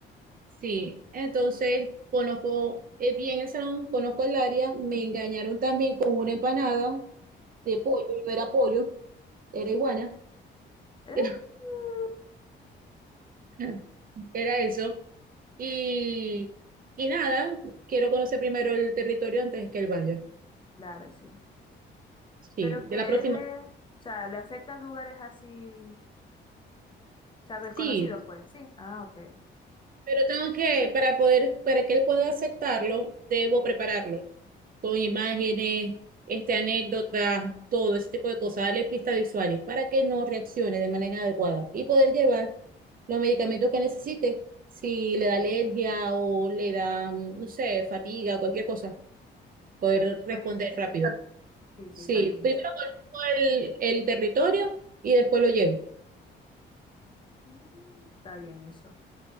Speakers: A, on the right; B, on the left.
A: Sí, entonces conozco eh, bien el salón, conozco el área, me engañaron también con una empanada de pollo, y no era pollo, era
B: Que-
A: iguana,
B: eh,
A: pero
B: eh,
A: <laughs> era eso. Y, y nada, quiero conocer primero el territorio antes que el vaya.
B: <laughs> Claro, sí.
A: Sí,
B: Pero
A: de
B: que
A: la próxima.
B: él le, o sea, le afectan lugares así, o sea, desconocidos,
A: Sí,
B: pues, sí. Ah, ok.
A: pero tengo que, para poder, para que él pueda aceptarlo, debo prepararlo con imágenes, este, anécdotas, todo ese tipo de cosas, darle pistas visuales para que no reaccione de manera adecuada y poder llevar los medicamentos que necesite. Si le da alergia o le da, mm, no sé, fatiga o cualquier cosa, poder
B: Mm, Está
A: responder
B: bien eso.
A: rápido.
B: Sí,
A: Sí,
B: sí, está bien
A: primero
B: eso.
A: conozco el, el territorio y después lo llevo.
B: Mm, Está bien eso.